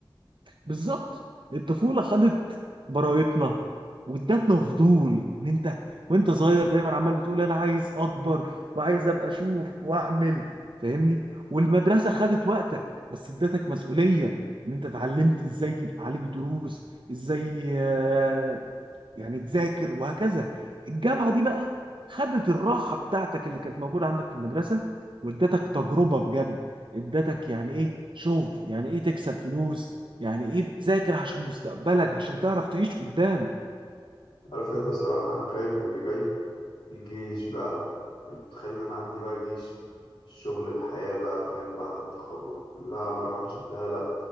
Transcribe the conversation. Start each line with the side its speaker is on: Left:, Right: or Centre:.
Right: بالظبط الطفولة خدت براءتنا وادتنا فضول ان انت وانت صغير دايما عمال بتقول انا عايز اكبر وعايز ابقى اشوف واعمل فاهمني والمدرسة خدت وقتك بس ادتك مسؤولية ان انت اتعلمت ازاي يبقى عليك دروس ازاي آه، يعني تذاكر وهكذا الجامعه دي بقى خدت الراحه بتاعتك اللي كانت موجوده عندك في المدرسه وادتك تجربه بجد ادتك يعني ايه شغل يعني ايه تكسب فلوس يعني ايه تذاكر عشان مستقبلك عشان تعرف تعيش قدام
Left: عارف انت صراحة انا خايف من اللي جاي الجيش بقى تخيل ان انا عندي بقى جيش الشغل الحياة بقى فاهم بعد التخرج كلها مراحل شكلها لا